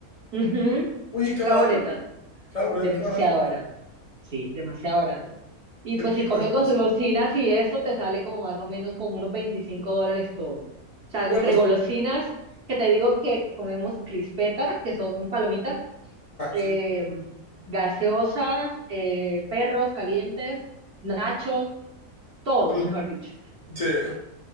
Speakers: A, on the right; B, on the left.
A: Ujú,
B: Oye, qué
A: Cada
B: barato.
A: boleta,
B: Cada boleto,
A: demasiado
B: qué barato.
A: barata. Sí, demasiado barato. Y
B: En
A: pues
B: México
A: si comes
B: es algo
A: golosinas
B: así.
A: y eso, te sale como más o menos como unos 25 dólares todo. O sea, entre
B: Bueno, sí.
A: golosinas, que te digo que comemos crispetas, que son palomitas,
B: ah,
A: eh,
B: sí.
A: gaseosas, eh, perros calientes, nachos, todo,
B: Pero,
A: mejor dicho.
B: Sí,